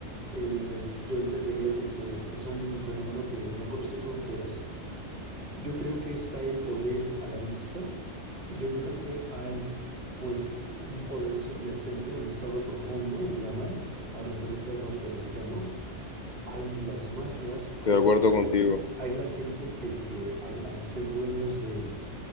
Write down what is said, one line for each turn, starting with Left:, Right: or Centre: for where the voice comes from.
Right: eh, yo entendería que, que, que es un fenómeno que no conoce fronteras, Yo creo que está el poder a la vista y yo creo que hay pues un poder subyacente, un estado profundo, le llaman, al referirse al norteamericano. Hay las mafias,
Left: Estoy
Right: hay,
Left: de acuerdo
Right: hay,
Left: contigo.
Right: hay la gente que, que al, al, ser dueños de,